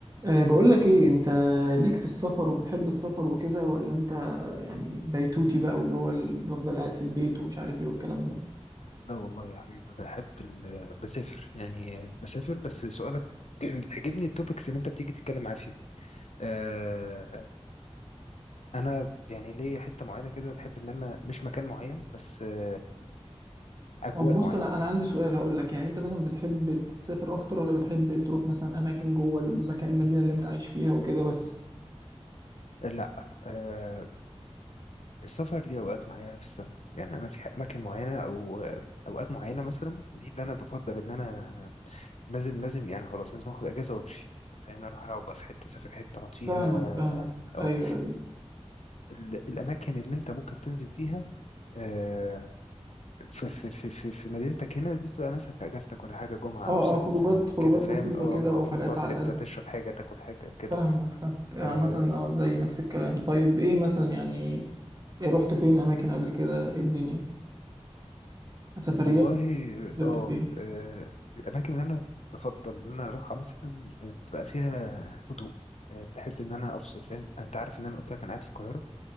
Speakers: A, on the right; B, on the left.
A: أه بقول لك ايه انت ليك في السفر وبتحب السفر وكده ولا انت يعني بيتوتي بقى واللي هو ال- بفضل قاعد في البيت ومش عارف ايه والكلام ده
B: لا والله يا حبيبي انا بحب ال- بسافر يعني بسافر بس سؤالك <clears throat> بتعجبني التوبكس اللي انت بتيجي تتكلم معايا فيها آه انا يعني ليا حته معينه كده بحب ان انا مش مكان معين بس آه اجواء
A: طب بص
B: معينه
A: انا انا عندي سؤال هقول لك يعني انت مثلا بتحب تسافر اكتر ولا بتحب تروح مثلا اماكن جوه المكان المدينة اللي انت عايش فيها وكده بس
B: لا آه السفر ليه اوقات معينه في السنه يعني انا في اماكن معينه او آه، اوقات معينه مثلا دي اللي انا بفضل ان انا لازم لازم يعني خلاص لازم اخد اجازه وامشي فاهم اروح ابقى في حته اسافر حته اقعد فيها
A: فاهمك فاهمك
B: اه
A: ايوه ايوه
B: ال- الاماكن اللي انت ممكن تنزل فيها آه، في في في في في مدينتك هنا دي تبقى مثلا في اجازتك ولا حاجه جمعه
A: اه
B: او سبت
A: اه خروجات
B: آه،
A: خروجات
B: كده فاهم
A: بسيطة
B: اه
A: كده وحاجات
B: تنزل تقعد
A: على
B: حته
A: قد
B: تشرب حاجه تاكل حاجه كده
A: فاهمك
B: اه
A: فاهمك عامة
B: آه،
A: اه زي نفس الكلام طيب ايه مثلا يعني إيه رحت فين اماكن قبل كده ايه الدنيا سفريات
B: والله
A: سافرت
B: اه
A: فين
B: آه، الاماكن اللي انا بفضل ان انا اروحها مثلا آه، بتبقى فيها هدوء آه، بحب ان انا افصل فاهم انت عارف ان انا قلت لك انا قاعد في القاهره